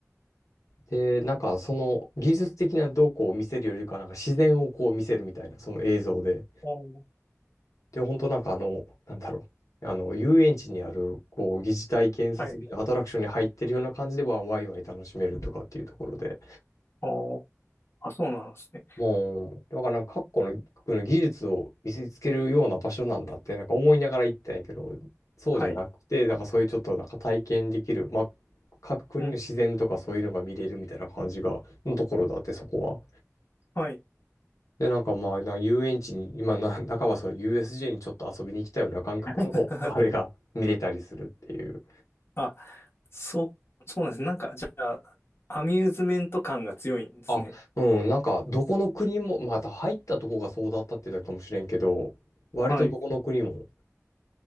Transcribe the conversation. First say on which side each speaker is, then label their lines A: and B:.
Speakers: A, on the left; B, on the left.
A: で、なんか、その技術的などうこうを見せるよりかは、なんか自然をこう見せるみたいな、その映像で。
B: おー
A: で、本当なんかあの、なんだろう、あの、遊園地にある、こう、疑似体験設備のアトラクションに入ってるような感じでは、
B: はい。
A: ワイワイ楽しめるとかっていうところで。
B: おーあ、そうなんですね。
A: もう、だからなんか各国の、国の技術を見せつけるような場所なんだって、なんか思いながら行ったんやけど、そうじゃなくて、
B: はい。
A: なんかそういうちょっとなんか体験できる、まあ、各国の自然とかそういうのが見れるみたいな感じが、
B: うん。
A: のところだって、そこは。
B: はい。
A: で、なんかまあ、な遊園地に、今な、<laughs> 仲間その USJ にちょっと遊びに来たような感覚の、
B: <laughs>
A: あれが見れたりするっていう。
B: あ、そう、そうなんですね。なんか、じゃあ、アミューズメント感が強いんですね。
A: あ、うん、なんか、どこの国も、また入ったとこがそうだったってだけかもしれんけど、割とどこの国も
B: はい。